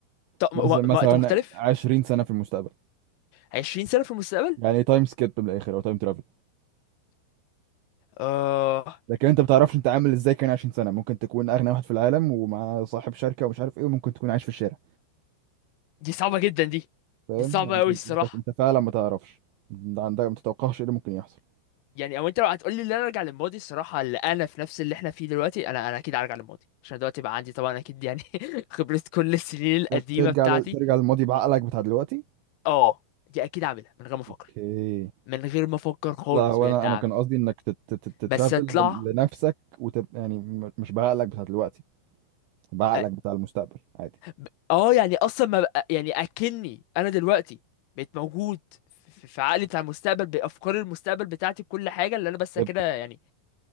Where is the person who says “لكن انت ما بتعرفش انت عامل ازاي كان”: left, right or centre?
Right